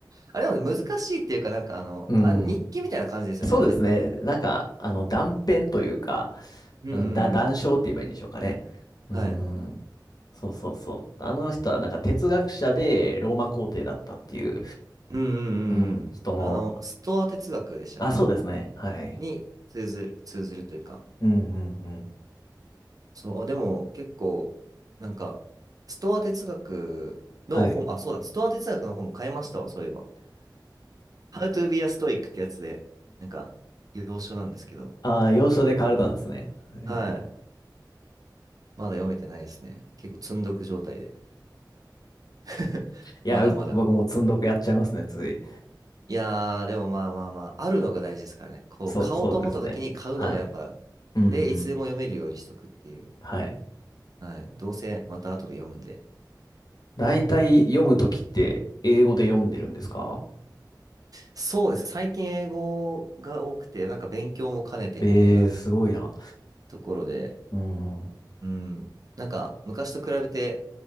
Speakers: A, on the right; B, on the left.
A: あれでも難しいっていうか、なんかあの、
B: うん。
A: あ、日記みたいな感じですよね、
B: そうですね。
A: あれって。
B: なんか、あの、断片というか、
A: うんうんう
B: うん、だ、断章って言えばいいんでしょうかね。うん。
A: ん。はい。
B: そうそうそう。あの人はなんか哲学者でローマ皇帝だったっていう、
A: うんう
B: うん、
A: んうんうん。
B: 人の、
A: あの、ストア哲学でしたっけ
B: あ、そうですね。はい。
A: に通ずる、通ずるというか。
B: うんうんうん。
A: そう、でも結構、なんか、ストア哲学の本、
B: はい。
A: あ、そうだ、ストア哲学の本も買いましたわ、そういえば。How to be a Stoic ってやつで、なんか、要所なんですけど、
B: ああ、要所で買われたんですね。えー
A: はい。まだ読めてないですね。結構積んどく状態で。<laughs>
B: いや、
A: まだまだ。
B: う僕も積んどくやっちゃいますね、つい。
A: いやー、でもまあまあまあ、あるのが大事ですからね。こう、
B: そう、
A: 買おうと思った時に買うのがやっぱ、
B: そうですね。はい。うんうん。
A: で、いつでも読めるようにしとくっていう。
B: はい。
A: はい。どうせまた後で読むんで。
B: 大体読むときって英語で読んでるんですか
A: そうですね。最近英語が多くて、なんか勉強も兼ねてみたいな
B: ええー、すごいな。
A: ところで、
B: うん。
A: うん。なんか、昔と比べて、